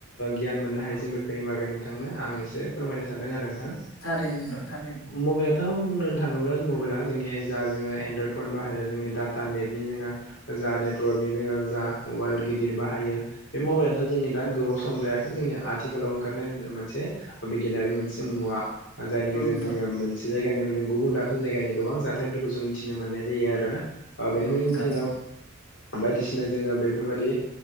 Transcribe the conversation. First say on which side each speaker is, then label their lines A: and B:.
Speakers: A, on the left; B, on the left.
A: गियान मोननो हायो। जों बेफोरनि बागै नोंथांनो आं एसे फोरमायनो सानदों आरो नोंथां
B: थारैनो नोंथां थारैनो
A: मबाइलाथ' बुंनो थाङोब्ला मबाइला जोंनि जा जोङो एनड्रयड फन बाहायो जोंनि डाटा नेटनि जो नेटवर्कनि जोङो जा मबाइल गिदिर बाहायो बे मबाइलाथ' जोंनि दा गोबाव सम जायाखै जोंनि आथिखाल खालाव ओंखारनाय मोनसे बिगियानारि मोनसे मुवा जायनि गेजेरजों
B: औ नोंथां
A: जोङो मोनसे जायगानिफ्राय जों गुबुन दाबसे जायगानि गोबां जाथायफोरखौ जों मिथिनो मोननाय जायो आरो। ओ
B: नंगौ
A: बेनिफ्रायनो
B: नोंथां
A: जोङो बायदिसिना जोङो बेफोरबायदि